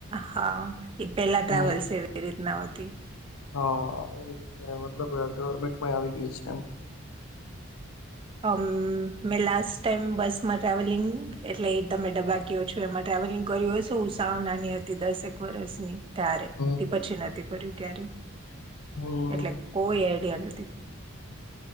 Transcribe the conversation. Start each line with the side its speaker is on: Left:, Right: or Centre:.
Right: હા એ પેલા ટ્રાવેલ્સ
Left: હમ
Right: છે એ રીતના આવતી
Left: હા એ રીતે મતલબ ગવર્મેન્ટમાં આવી ગઈ છે એમ
Right: અમમ મેં લાસ્ટ ટાઈમ બસમાં ટ્રાવેલિંગ એટલે તમે ડબા એમાં ટ્રાવેલિંગ કર્યું હશે ઉ સાવ નાની હતી દસક વરષની ત્યારે
Left: હ
Right: તે પછી નથી કર્યું ક્યારે
Left: હમ
Right: એટલે કોઈ આઈડિયા નથી